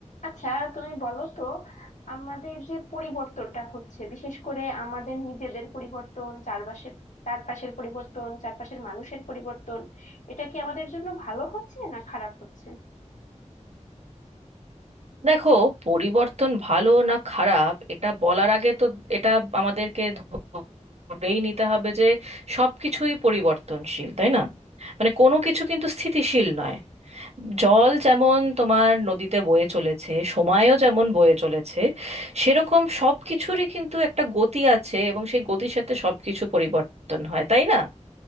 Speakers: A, on the left (about 75°); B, on the right (about 60°).
A: আচ্ছা তুমি বলো তো আমাদের যে পরিবর্তনটা হচ্ছে বিশেষ করে আমাদের নিজেদের পরিবর্তন চারপাশের চারপাশের পরিবর্তন চারপাশের মানুষের পরিবর্তন এটা কি আমাদের জন্য ভালো হচ্ছে না খারাপ হচ্ছে
B: দেখো পরিবর্তন ভালো না খারাপ এটা বলার আগে তো এটা আমাদেরকে ধরেই নিতে হবে যে সবকিছুই পরিবর্তনশীল তাই না মানে কোনো কিছু কিন্তু স্থিতিশীল নয় জল যেমন তোমার নদীতে বয়ে চলেছে সময়ও যেমন বয়ে চলেছে সেরকম সব কিছুরই কিন্তু একটা গতি আছে এবং সেই গতির সাথে সবকিছু পরিবর্তন হয় তাই না